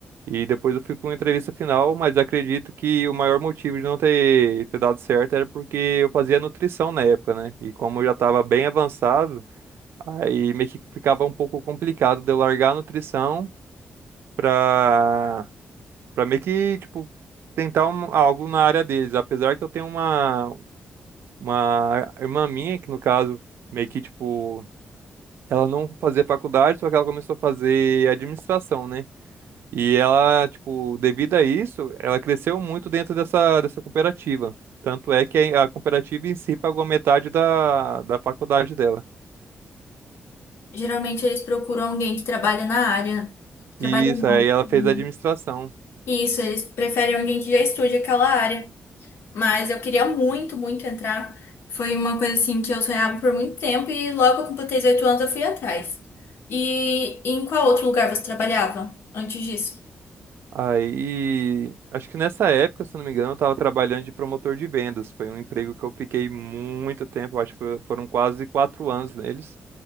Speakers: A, on the right; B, on the left.
A: e depois eu fui para uma entrevista final, mas acredito que o maior motivo de não ter, ter dado certo era porque eu fazia nutrição na época, né? E como eu já estava bem avançado, aí meio que ficava um pouco complicado de eu largar a nutrição para para meio que, tipo, tentar um- algo na área deles. Apesar que eu tenho uma, uma irmã minha, que no caso meio que, tipo ela não fazia faculdade, só que ela começou a fazer administração, né? E ela, tipo, devido a isso, ela cresceu muito dentro dessa, dessa cooperativa. Tanto é que a cooperativa em si pagou metade da, da faculdade dela.
B: Geralmente eles procuram alguém que trabalha na área. Trabalha
A: E Isso,
B: não.
A: aí ela fez
B: E
A: administração.
B: Isso, eles preferem alguém que já estude aquela área. Mas eu queria muito, muito entrar. Foi uma coisa assim que eu sonhava por muito tempo e logo que eu completei 18 anos eu fui atrás. E em qual outro lugar você trabalhava antes disso?
A: Aí, acho que nessa época, se eu não me engano, eu estava trabalhando de promotor de vendas. Foi um emprego que eu fiquei muito tempo, acho que foi- foram quase quatro anos neles.